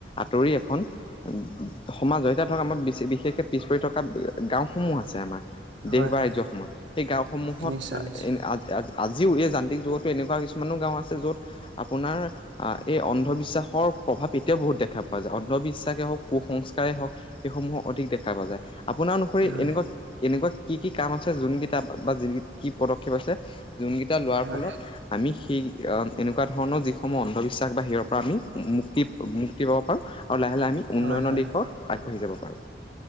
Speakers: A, on the left (about 30°); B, on the right (about 80°).
A: আঁতৰি এখন উ - উ সমাজ হয় এতিয়া ধৰক আমাৰ <unintelligible> বিশেষকে, পিছ পৰি থকা গাওসমূহ আছে আমাৰ। দেশ
B: হয়
A: বা
B: হয়
A: ৰাজ্য সমত সেই গাঁওসমূহত
B: নিশ্চয় নিশ্চয়
A: আজ- আজ- আজিও এই যান্ত্ৰিক যুগত এনেকুৱা কিছুমানো গাঁও আছে য'ত আপোনাৰ আহ এই অন্ধবিশ্বাস <unintelligible> প্ৰভাৱ এতিয়াও বহুত দেখা পোৱা যায় অন্ধবিশ্বাসেই হওক, কুসংস্কাৰেই হওক সেইসমূহো অধিক দেখা পোৱা যায়। আপোনাৰ অনুসৰি
B: হয়
A: এনেকুৱা - কেনেকুৱা কি-কি কাম আছে যোন কেইটা বা যিন কি পদক্ষেপ আছে? যোনকেইটা লোৱাৰ
B: হয়
A: ফলত আমি সেই এনেকুৱা ধৰণৰ যিসমূহ অন্ধবিশ্বা তাক বাহিৰৰ পৰা আমি মুক্তি মুক্তি পাব পাৰো। আৰু লাহে লাহে আমি উন্নয়নৰ
B: হয় হয়
A: দিশত আগবাঢ়ি যাব পাৰোঁ।